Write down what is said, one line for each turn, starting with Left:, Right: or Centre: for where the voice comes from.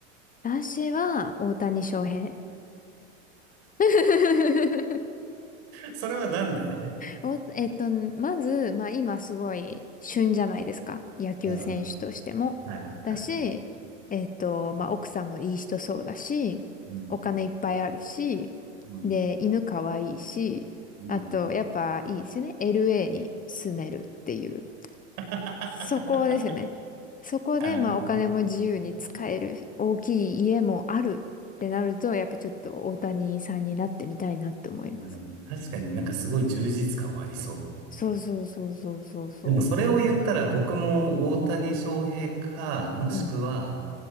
Left: 私は大谷翔平。<laughs>
Right: それはなんで
Left: お、えっと、まず、まあ今すごい旬じゃないですか。野球選手としても。
Right: うん。はいはい
Left: だし、えっと、まあ奥さんもいい人そうだし、
Right: うん。
Left: お金いっぱいあるし、
Right: うん。
Left: で、犬かわいいし、
Right: うん
Left: あと、やっぱいいですよね。LA に住めるっていう。
Right: <laughs>
Left: そこですよね。そこで、
Right: あー、
Left: まあお金も自由に使える、
Right: なる
Left: 大きい家もあるってなると、やっぱちょっと大谷さんになってみたいなって思います。
Right: ほど確かになんかすごい充実感はありそう。
Left: そうそうそうそうそうそ
Right: でもそれを言ったら僕も大谷翔平か、もしくは
Left: う。